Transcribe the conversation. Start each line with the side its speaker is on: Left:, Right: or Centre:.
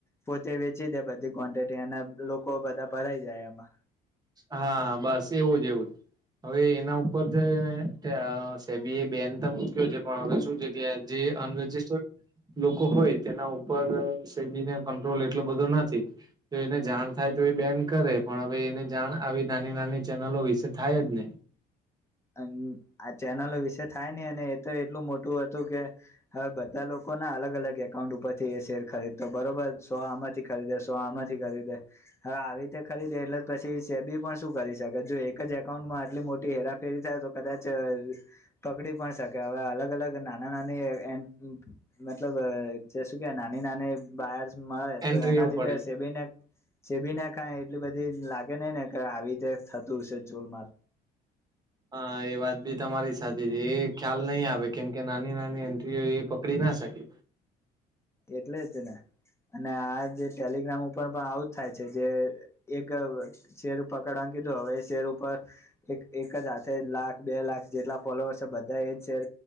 Left: પોતે વેચી દે બધી ક્વોન્ટિટી અને લોકો બધા ભરાઈ જાય એમાં
Right: હા બસ એવું જ એવું જ હવે એના ઉપર ત ને સેબી એ બેન તો મૂક્યો છે પણ હવે શું છે કે જે અનરજિસ્ટર્ડ લોકો હોય તેના ઉપર સેબીને કંટ્રોલ એટલો બધો નથી તો એને જાણ થાય તો એ બેન કરે પણ હવે એને જાણ આવી નાની નાની ચેનલો વિશે થાય જ નઈ
Left: અ આ ચેનલો વિશે થાય નઈ અને એ તો એટલું મોટું હતું કે હવે બધા લોકોના અલગ અલગ એકાઉન્ટ ઉપરથી એ શેર ખરીદતો બરોબર સો આમ જ થી ખરીદે સો આમાંથી ખરીદે હવે આવી રીતે ખરીદે એટલે જ પછી સેબી પણ શું કરી શકે જો એક જ એકઉન્ટમાં આટલી મોટી હેરાફ ફેરી થાય તો કદાચ પકડી પણ શકે હવે અલગ અલગ નાના નાની એમ મતલબ જે શું કે નાની નાની બાયર્સ મારે
Right: એન્ટ્રીઓ
Left: તો એનાથી
Right: પડે
Left: તો એ સેબીને સેબીને કાંઈ એટલી બધી લાગે નઈ ને કે આવી રીતે થતું હશે જોલમાલ
Right: હા એ વાત બી તમારી સાચી છે એ ખ્યાલ નહી આવે કેમ કે નાની નાની એન્ટ્રીઓ એ પકડી ના શકે
Left: એટલે જ ને અને આ જે ટેલિગ્રામ ઉપર પણ આવું જ થાય છે જે એક શેર પકડવાનું કીધું હવે એ શેર ઉપર એક એક જ હાથે લાખ બે લાખ જેટલા ફોલોઅર્સ છે બધા એજ શેર